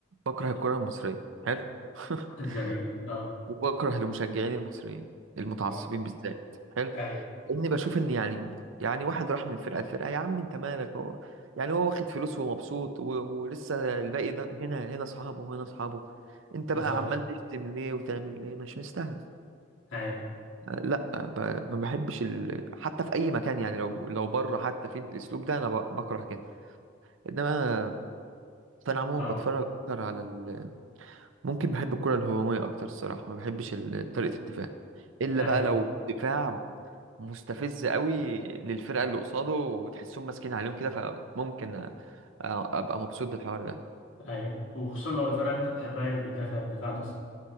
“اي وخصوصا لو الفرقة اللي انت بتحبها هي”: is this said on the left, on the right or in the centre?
Left